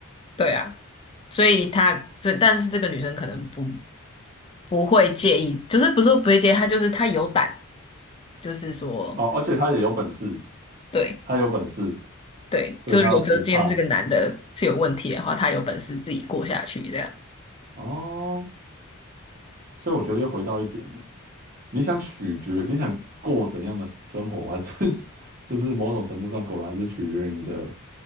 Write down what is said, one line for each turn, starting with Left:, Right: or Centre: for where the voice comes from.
Left: 对啊，所以他所以但是这个女生可能不不会介意，就是不是说不会介意，她就是她有胆，就是说。
Right: 哦，而且她也有本事，
Left: 对。
Right: 她有本事，
Left: 对，
Right: 所以他不怕
Left: 就是如果说今天这个男的是有问题的话，他有本事自己过下去，这样
Right: 哦。所以我觉得又回到一点了，你想取决，你想过怎样的生活，还是 <laughs> 是不是某种程度上果然是取决于你的